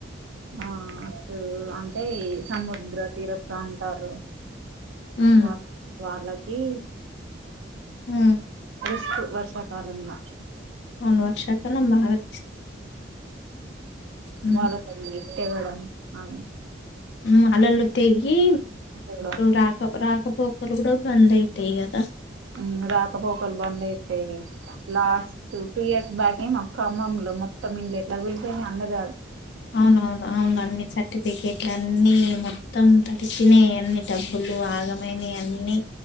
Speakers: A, on the right; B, on the left.
A: ఆ అటు అంటే సముద్ర తీర ప్రాంతాలు
B: హ్మ్.
A: వా వాళ్ళక్ ఈ
B: హ్
A: రిస్క్ వర్షాకాలంల
B: మొన్న వర్షాకాలం బారి హ్మ్.
A: వాళ్ళసల్ వింటెగుడం అవి
B: హ్మ్ అలలు తెగి
A: ఆనకపోవడం
B: రాక రాక్ కపోకలు గుడ బంద్ ఐతయ్ గదా
A: మ్ రాకపోకల్ బంద్ అయితయి లాస్ట్ టూ ఇయర్స్ బ్యాకె మాక్ ఖమ్మంల లొ మొత్తం ఇండ్లు ఎట్ల కూల్పోయినయ్ అందర్
B: అవునవును అవును అన్ని సర్టిఫికేట్లన్ని మొత్తం తడిసినయ్ అన్ని డబ్బులు ఆగమైనయ్ అన్ని